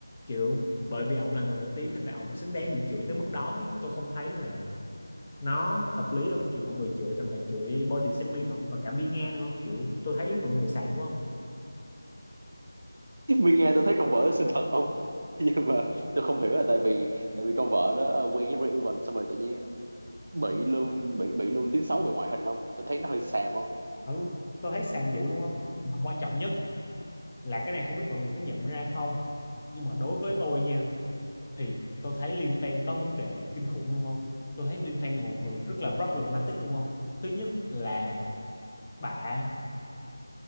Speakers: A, on the left (about 30°); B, on the right (about 55°).
A: kiểu bởi vì ổng là người nổi tiếng nên là ổng xứng đáng bị chửi tới mức đó ấy. tôi không thấy là nó hợp lý không kiểu mọi người chửi toàn là chửi body shaming ổng và cả mi Nga nữa không kiểu tôi thấy mọi người xàm quá không
B: Mình nghe tôi thấy con vợ đó xinh thật không? <laughs> Nhưng mà tôi không hiểu là tại vì tại vì con vợ đó ờ, quen với Rain Event xong rồi tự nhiên bị luôn bị bị luôn tiếng xấu về ngoại hình không? Tôi thấy nó hơi xàm không?
A: ừ tôi thấy xàm dữ luôn không mà quan trọng nhất là cái này không biết mọi người có nhận ra không nhưng mà đối với tôi nha thì tôi thấy Liên Fan có vấn đề kinh khủng luôn không tôi thấy Liên Fan là một người rất là problematic luôn không thứ nhất là bà